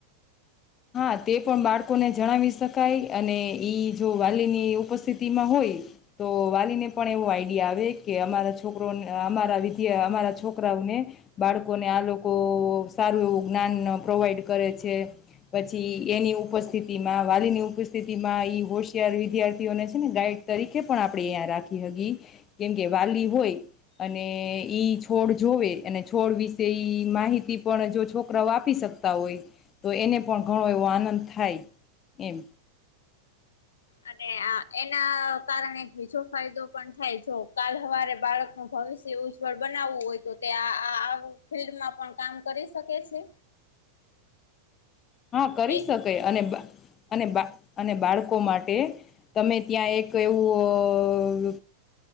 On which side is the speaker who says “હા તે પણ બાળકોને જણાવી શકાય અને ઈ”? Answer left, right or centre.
Left